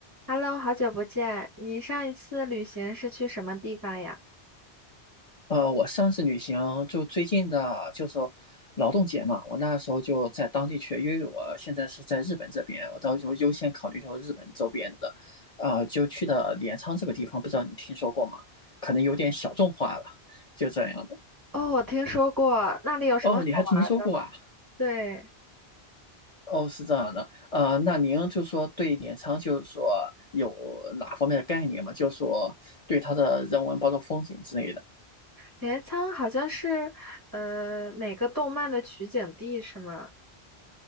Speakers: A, on the right; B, on the left.
A: Hello，好久不见。你上一次旅行是去什么地方呀？
B: 呃，我上次旅行就最近的，就是劳动节嘛，我那时候就在当地去，因为我现在是在日本这边，我到时候优先考虑说日本周边的，呃，就去的镰仓这个地方，不知道你听说过吗？可能有点小众化了，就这样的。
A: 哦，我听说过，那里有什么好玩儿的？
B: 哦，你还听说过啊？
A: 对，
B: 哦，是这样的，呃，那您就说对镰仓就是说有哪方面的概念吗？就说对它的人文，包括风景之类的。
A: 镰仓好像是呃哪个动漫的取景地是吗？